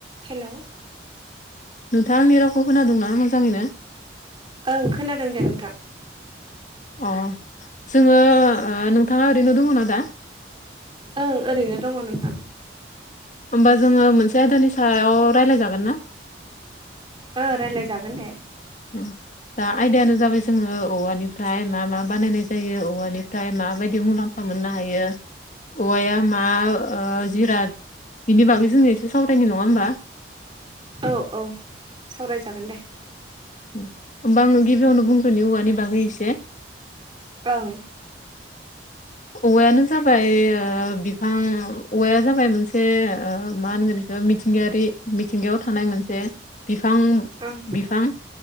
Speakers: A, on the right; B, on the left.
A: हेलौ
B: नोंथाङा आंनि रावखौ खोनादोंना मोजाङैनो
A: ओं खोनादों दे नोंथां
B: अ जोङो ओ नोंथाङा ओरैनो दङ' ना दा
A: ओं ओरैनो दङ' नोंथां
B: होमबा जोङो मोनसे आयदानि सायाव रायलायजागोन ना
A: ओ रायलाय जागोन दे
B: <inaudible> दा आयदायानो जाबाय जोङो औवानिफ्राय मा मा बानायनाय जायो औवानिफ्राय माबायदि मुलाम म्फा मोननो हायो औवाया मा जिराद बिनि बागै जोंनो एसे सावरायनि नङा होमबा
A: औ-औ सावरायजागोन दे
B: होमबा आंनो गिबियावनो बुंग्रोनि औवानि बागै एसे
A: ओं
B: औवायानो जाबाय बिफां औवाया जाबाय मोनसे ओ मोनसे मा होनगोन बिखो मिथिंगायारि ओ मिथिंगायाव थानाय मोनसे बिफां
A: ओं
B: बिफां